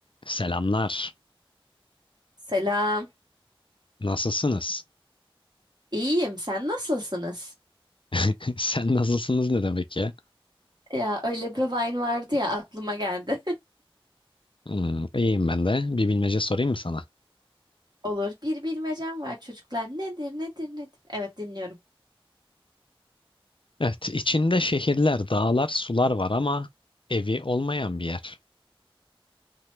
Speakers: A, on the left; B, on the right.
A: Selamlar.
B: Selam.
A: Nasılsınız?
B: İyiyim. Sen nasılsınız?
A: <laughs> Sen nasılsınız ne demek ya?
B: Ya öyle bir Vine vardı ya aklıma geldi. <laughs>
A: Hmm, iyiyim ben de. Bir bilmece sorayım mı sana?
B: Olur. Bir bilmecem var çocuklar. Nedir, nedir, nedir? Evet dinliyorum.
A: Evet, içinde şehirler, dağlar, sular var ama evi olmayan bir yer.